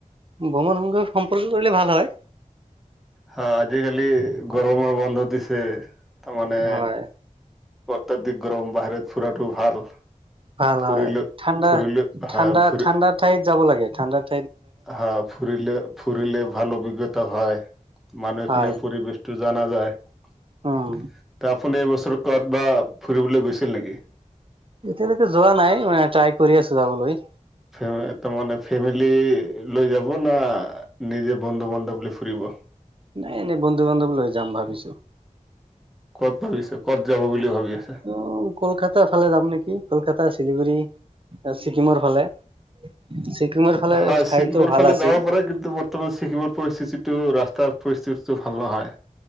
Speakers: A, on the right; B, in the centre.
A: ভ্ৰমণ সংখ্যক সম্পৰ্কে কৰিলে ভাল হয়।
B: হা, আজিকালি গৰমৰ বন্ধ দিছে, তাৰমানে
A: হয়
B: অত্যাধিক গৰম, বাহিৰত ফুৰাটো ভাল।
A: ভাল
B: ফুৰিলে
A: হয়, ঠাণ্ডা
B: ফুৰিলে হয়
A: ঠাণ্ডা
B: ফুৰি
A: ঠাণ্ডা ঠাইত যাব লাগে, ঠাণ্ডাত।
B: হা, ফুৰিলে ফুৰিলে ভাল অভিজ্ঞতা হয়, মানুহখিনি
A: হয়
B: <unintelligible> টো জানা যায়,
A: উম
B: ত আপুনি এইবছৰত ক'ৰবাত ফুৰিবলৈ গৈছিল নেকি?
A: এতিয়ালৈকে যোৱা নাই, মানে ট্ৰাই কৰি আছো যাবলৈ।
B: তাৰ মানে ফেমিলি লৈ যাব না, নিজে বন্ধু-বান্ধৱ লৈ ফুৰিব?
A: নাই, এনেই বন্ধু-বান্ধৱ লৈ যাম ভাবিছো।
B: ক'ত ভাবিছে, ক'ত যাব বুলি ভাবি আছে?
A: অঁ, কলকাতাৰ ফালে যাম নেকি? কলকাতা, শিলিগুৰি, ছিকিমৰ ফালে। ছিকিমৰ ফালে
B: হয়,
A: ঠাইতো
B: ছিকিমৰ
A: ভাল
B: ফালে
A: আছিল
B: যাব পাৰে, কিন্তু ব ৰ্তমান ছিকিমৰ পৰিস্থিতিটো ৰাস্তাৰ পৰিস্থিতিটো ভাল নহয়।